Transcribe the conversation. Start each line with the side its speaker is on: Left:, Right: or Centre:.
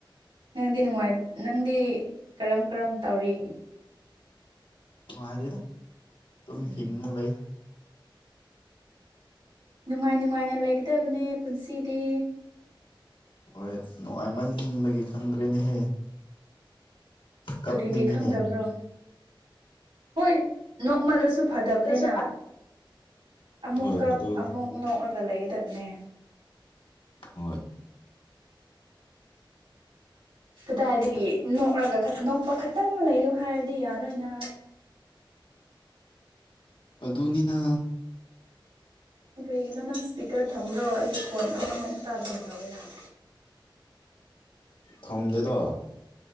Right: ꯅꯪꯗꯤ ꯅꯨꯡꯉꯥꯏ ꯅꯪꯗꯤ ꯀꯔꯝ ꯀꯔꯝ ꯇꯧꯔꯤ
Left: ꯅꯨꯡꯉꯥꯏꯔꯤꯗ ꯑꯗꯨꯝ
Right: ꯎꯝ
Left: ꯍꯤꯡꯉ ꯂꯩ
Right: ꯅꯨꯡꯉꯥꯏ ꯅꯨꯡꯉꯥꯏꯅ ꯂꯩꯒꯗꯕꯅꯦ ꯄꯨꯟꯁꯤꯗꯤ
Left: ꯍꯣꯏ ꯅꯨꯡꯉꯥꯏꯃꯟꯕꯒꯤ ꯈꯪꯗ꯭ꯔꯦꯅꯦꯍꯦ ꯀꯞꯅꯤꯡꯉꯤꯅꯦ
Right: ꯀꯔꯤ ꯀꯩ ꯈꯪꯗꯕ꯭ꯔꯣ ꯍꯣꯏ ꯅꯣꯛꯃꯜꯂꯨꯁꯨ ꯐꯗꯕꯅꯤꯅ
Left: ꯑꯗꯨꯁꯨ ꯐ
Right: ꯑꯃꯨꯛꯀꯞ
Left: ꯍꯣꯏ ꯑꯗꯨꯅꯤ
Right: ꯑꯃꯨꯛ ꯅꯣꯛꯂꯒ ꯂꯩꯒꯗꯕꯅꯦ
Left: ꯍꯣꯏ
Right: ꯀꯗꯥꯏꯗꯒꯤ ꯅꯣꯛꯂꯒ ꯅꯣꯛꯄ ꯈꯛꯇꯪ ꯂꯩꯌꯣ ꯍꯥꯏꯔꯗꯤ ꯌꯥꯔꯣꯏꯅ
Left: ꯑꯗꯨꯗꯅꯤꯅ
Right: ꯀꯔꯤꯒꯤꯅꯣ ꯅꯪ ꯏꯁ꯭ꯄꯤꯀꯔ ꯊꯝꯕ꯭ꯔꯣ ꯑꯩꯒꯤ ꯐꯣꯟ ꯑꯃꯃꯛ ꯇꯥꯕ꯭ꯔꯣꯝ ꯇꯧꯋꯦ ꯅꯪ
Left: ꯊꯝꯗꯦꯗꯣ